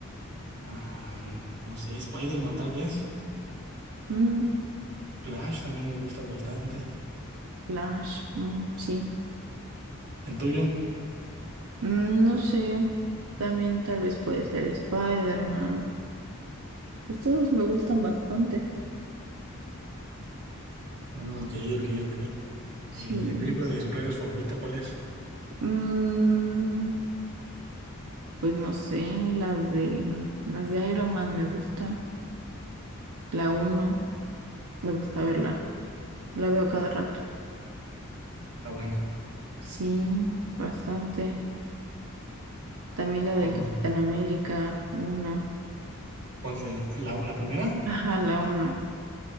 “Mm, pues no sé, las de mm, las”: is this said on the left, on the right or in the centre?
Right